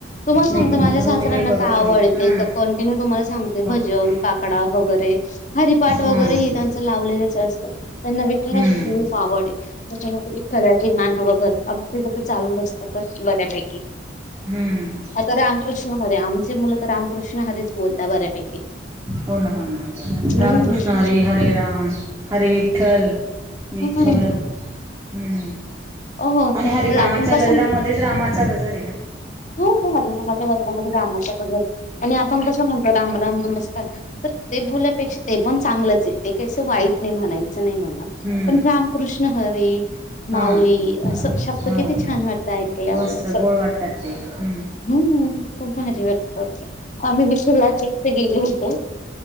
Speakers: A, on the left (about 40°); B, on the right (about 15°).
A: तुम्हाला
B: नाही
A: सांगत
B: बाबा
A: माझ्या
B: अरे
A: सासऱ्यांना
B: मम्मी काही बघत
A: तर आवडते
B: नाही हा
A: तर कंटिन्यू तुम्हाला सांगते
B: मग
A: भजन. काकडा वगैरे हरिपाठ
B: हा
A: वगैरे हे त्यांचं लावलेलंच असत त्यांना विठ्ठालाची
B: हम्म
A: खुप. खूप आवडेल हे त्याच्यासाठी विठ्ठ्लाची मान उग कर आमची ज चालू असतात तर बऱ्यापैकी.
B: हम्म.
A: तर रामकृष्ण हरे आमचे मुलं तर रामकृष्ण हरेच बोलताात बऱ्यापैकी.
B: हो ना हो ना
A: हम्म.
B: रामकृष्ण हरी हरे राम हरे विठ्ठल. विठ्ठल
A: हरे राम.
B: हम्म
A: हो
B: आणि हरिनामाच्या
A: तर आपण कसं
B: गजरामध्ये. तेच रामाचा गजर आहे ना.
A: हो हो हरिनामाच्या बाजरामध्ये रामाच्या कजर आणि आपण कसं म्हणतो राम राम नमस्कार तर. ते बोलल्यापेक्षा ते पण चांगलंच य ते कसं वाईट नाही म्हणायचं नाही म्हणा
B: हम्म
A: पण राम. कृष्ण हरी. माऊली
B: हा हो
A: असं शब्द किती छान वाटतं ऐकल्यावर
B: मस्त
A: असं
B: गोड वाटतात ते हम्.
A: हम्म, खूपदा म्हणजी वाटत असं. आम्ही विठलाचे इथे गेलो होतो